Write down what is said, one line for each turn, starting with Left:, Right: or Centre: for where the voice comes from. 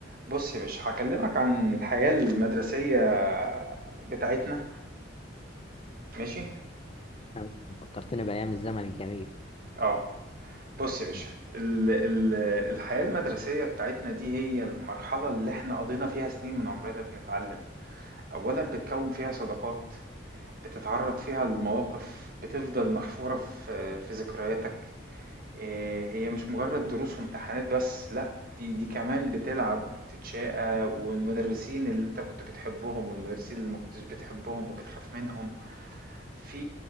Right: بص يا باشا هكلمك عن الحياة المدرسية بتاعتنا ماشي
Left: نعم، فكرتني بأيام الزمن الجميل
Right: اه بص يا باشا
Left: م.
Right: ال ال الحياة المدرسية بتاعتنا دي هي المرحلة اللي احنا قضينا فيها سنين من عمرنا بنتعلم اولا بتكون فيها صداقات بتتعرض فيها لمواقف بتفضل محفورة في في ذكرياتك إيه، هي مش مجرد دروس وامتحانات بس لا دي دي كمان بتلعب وبتتشاقى والمدرسين اللي انت كنت بتحبهم والمدرسين اللي ما كنتش بتحبهم وبتخاف منهم في